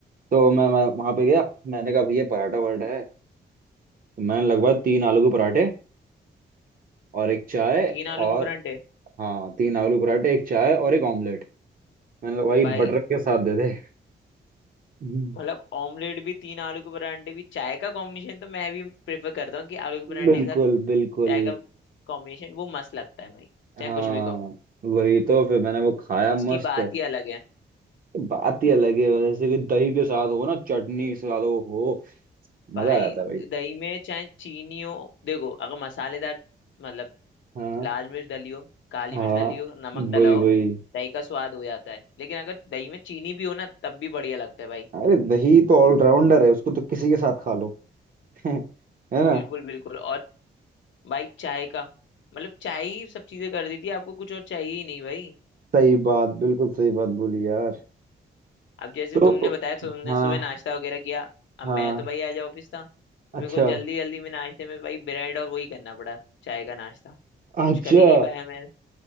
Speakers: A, on the right; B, on the left.
A: तो मैं, मैं वहां पे गया मैंने कहा भैया पराठा वराठा है तो मैंने लगभग तीन आलू के पराठे और एक चाय
B: तीन
A: और
B: आलू के परांठे
A: हाँ तीन आलू पराठे एक चाय और एक ऑमलेट मैंने कहा भाई
B: भाई
A: बटर के साथ दे दे
B: मतलब ऑमलेट भी तीन आलू के परांठे भी चाय का कॉम्बिनेशन तो मैं भी प्रेफर करता हूँ कि आलू के परांठे
A: बिल्कुल
B: के साथ
A: बिल्कुल
B: चाय का कॉम्बिनेशन वो मस्त लगता है भाई चाहे
A: हाँ
B: कुछ भी कहो
A: वही तो फिर मैंने वो खाया मस्त
B: उसकी बात ही अलग है
A: बात ही अलग है जैसे कि दही के साथ हो ना चटनी के साथ हो हो,
B: भाई
A: मजा आ जाता है भाई
B: दही में चाहे चीनी हो देखो अगर मसालेदार मतलब
A: हाँ
B: लाल मिर्च डली हो काली
A: हाँ
B: मिर्च डली हो नमक
A: वही
B: डला
A: वही
B: हो दही का स्वाद हो जाता है लेकिन अगर दही में चीनी भी हो ना तब भी बढ़िया लगता है भाई
A: अरे दही तो ऑलराउंडर है उसको तो किसी के साथ खा लो <laughs> है ना
B: बिल्कुल बिल्कुल और भाई चाय का मतलब चाय ही सब चीजें कर देती है आपको कुछ और चाहिए ही नहीं भाई
A: सही बात बिल्कुल सही बात बोली यार
B: अब जैसे
A: तो
B: तुमने बताया तुमने
A: हाँ
B: सुबह नाश्ता वगैरह किया अब
A: हाँ
B: मैं तो भाई आज ऑफिस था तो
A: अच्छा
B: मेरे को जल्दी जल्दी में नाश्ते में भाई ब्रेड और वही करना पड़ा चाय का नाश्ता
A: अच्छा
B: कुछ कर ही नहीं पाया मैं